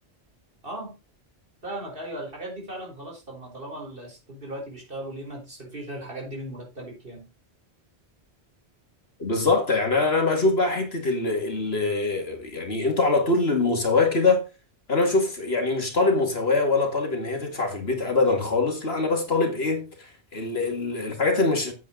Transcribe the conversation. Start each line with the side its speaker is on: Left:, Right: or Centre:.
Right: آه، فاهمك ايوه الحاجات دي فعلا خلاص طب ما طالما الستات دلوقتي بيشتغلوا ليه ما تصرفيش على الحاجات دي من مرتبك يعني
Left: بالظبط يعني انا أنا بشوف بقى حته ال ال يعني انتوا على طول المساواه كده انا بشوف يعني مش طالب مساواه ولا طالب ان هي تدفع في البيت ابدا خالص لا انا بس طالب ايه ال ال الحاجات اللي مش